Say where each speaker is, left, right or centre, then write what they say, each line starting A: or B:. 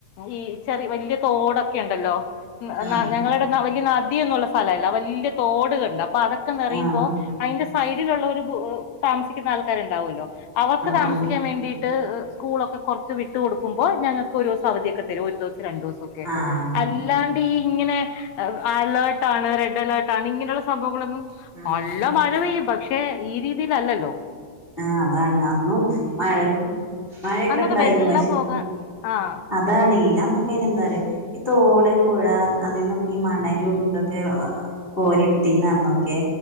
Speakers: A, on the left (about 70°); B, on the left (about 15°).
A: ഈ ചെറി വല്യ തോടൊക്കെ ഒണ്ടല്ലോ മ്മ്
B: ആഹ്
A: നാ ഞങ്ങളേടെ വല്ല്യ നദിയൊന്നുള്ള സ്ഥലല്ല വല്ല്യ തോട്ണ്ട് അപ്പോ അതൊക്കെ നെറയുമ്പോ
B: ആഹ്
A: അയിൻ്റെ സൈഡിലുള്ളോര് പു താമസിക്കുന്ന ആൾക്കാര് ഇണ്ടാവുലോ അവർക്ക് താമസിക്കാൻ
B: ആഹ്
A: വേണ്ടീ ട്ട് സ്കൂളൊക്കെ കൊറച്ച് വിട്ട് കൊടുക്കുമ്പോ ഞങ്ങക്ക് ഒരു ദിവസം അവധിയൊക്കെ തരും ഒരു ദിവസം രണ്ട് ദിവസ കെ
B: ആഹ്
A: അല്ലാ ഈ ഇങ്ങനെ അലേർട്ടാണ് റെഡ് അലേർട്ടാണ്ണ് ഇങ്ങനെയുള്ള സംഭവങ്ങളൊന്നും
B: ആഹ്
A: നല്ല
B: ഇല്ലല്ല
A: മഴ പെയ്യും പക്ഷെ ഈ രീതിലല്ലല്ലോ.
B: ആഹ് അതാണ് അന്നും മഴ മഴെക്കെ
A: അന്നൊക്കെ
B: ഇണ്ടായിനു
A: വെള്ളം
B: പക്ഷെ
A: പോകാൻ ആഹ്
B: അ ഇതാണേയ് അന്നൊക്കെ എങ്ങനേന്നറിയോ ഈ തോട് പുഴ അതിന്നൊ ഈ മണലും ഇതോക്കെ ആഹ് കോരിടിത്തീന്ന് അന്നൊക്കെ